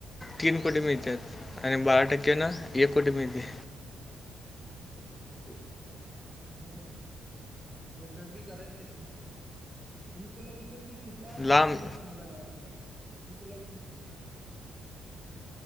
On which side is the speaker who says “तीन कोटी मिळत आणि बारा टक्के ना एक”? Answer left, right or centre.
Left